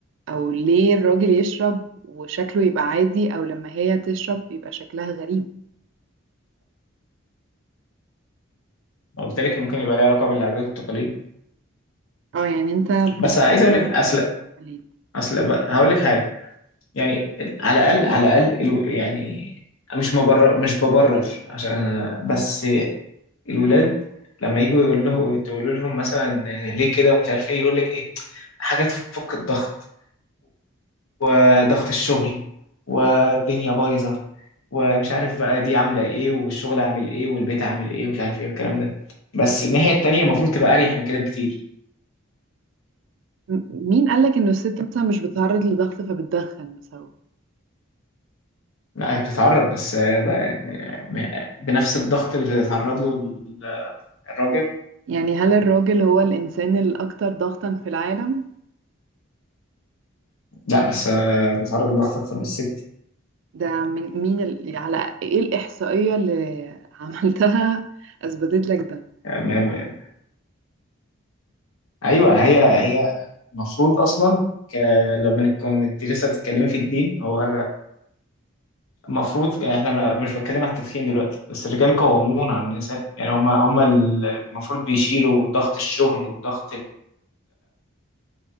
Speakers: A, on the right; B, on the left.
A: او ليه الراجل يشرب وشكله يبقى عادي او لما هي تشرب يبقى شكلها غريب
B: ما قلت لك ممكن يبقى ليها علاقة بالعادات والتقاليد
A: اه يعني انت بتفكر
B: بس عايز أقول لك أصل
A: ليه
B: أصل بقى- هقول لك حاجة يعني على الأقل على الأقل الو- يعني مش مبرر مش ببرر عشان بس الولاد لما يجوا يقول له تقولوا لهم مثلا ليه كده ومش عارف ايه يقول لك ايه حاجات تفك الضغط وضغط الشغل والدنيا بايظه ومش عارف بقى دي عامله ايه والشغل عامل ايه والبيت عامل ايه ومش عارف ايه الكلام ده بس الناحيه التانيه المفروض تبقى اريح من كده بكتير
A: م- مين قالك ان الست مثلا مش بتتعرض لضغط فبتدخن بسببه
B: لا هي بتتعرض بس آه، بقى- يعني بنفس الضغط اللي بيتعرض له الراجل
A: يعني هل الراجل هو الانسان الاكثر ضغطا في العالم
B: لا بس آه، بيتعرض لضغط اكتر من الست
A: ده من مين ال... على ايه الاحصائية اللي <laughs> عملتها اثبتت لك ده
B: يعني ايوه هي هي المفروض اصلا ك... لو بنك- كنت لسه بتتكلمي في الدين هو المفروض احنا ما- مش بتكلم على التدخين دلوقتي بس الرجال قوامون على النساء يعني هم هم المفروض بيشيلوا ضغط الشغل وضغط